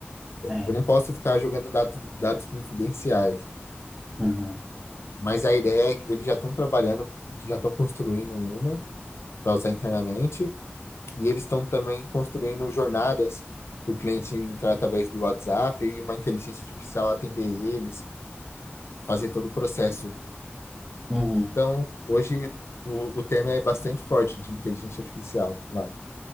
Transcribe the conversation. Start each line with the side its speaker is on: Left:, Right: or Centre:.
Centre: É.
Left: Eu não posso ficar jogando dados, dados confidenciais.
Centre: Uhum.
Left: Mas a ideia é que eles já estão trabalhando, já estão construindo uma para usar internamente. E eles estão também construindo jornadas para o cliente entrar através do WhatsApp e uma inteligência artificial atender eles, fazer todo o processo.
Centre: Uhum.
Left: Então, hoje o, o tema é bastante forte de inteligência artificial lá.